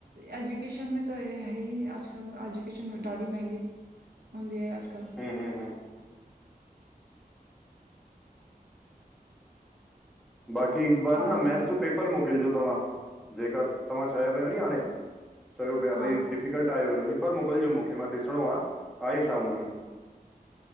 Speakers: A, on the right; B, in the centre.
A: एजुकेशन में त हे हई अॼकल्ह एजुकेशन ॾाढी मेंहगी हूंदी आहे अॼकल्ह
B: हूं, हूं बाक़ी हिकु बार
A: तव्हां
B: न मैथ्स
A: ॿुधायो
B: जो पेप पर मोकिलजो तव्हां जेका तव्हां चया पियो नी हाणे, चयो पिया
A: हा
B: भई डिफिकल्ट आयो हुयो। हिकु बार मोकिलिजो मूंखे ॾिसणो आ आहे छा हुन में